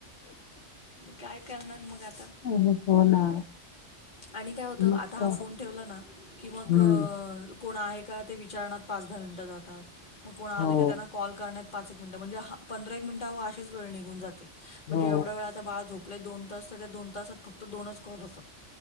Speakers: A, on the left; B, on the left.
A: काय करणार मग आता?
B: ऊ हुं हो ना.
A: आणि काय होतं,
B: मग
A: आता हा
B: काय
A: फोन ठेवला ना की मग
B: हम्म
A: कोण आहे का ते विचारण्यात पाच दहा मिनटं जातात. मग कोण आलं
B: हो
A: का त्यांना कॉल करण्यात पाच एक मिनटं म्हणजे, हा पंधरा एक मिनट हा असेच वेळ निघून जाते म्हणजे
B: हो
A: एवढ्या वेळात? बाळ झोपलय दोन तास, तर त्या दोन तासात फक्त दोनच कॉल होतात.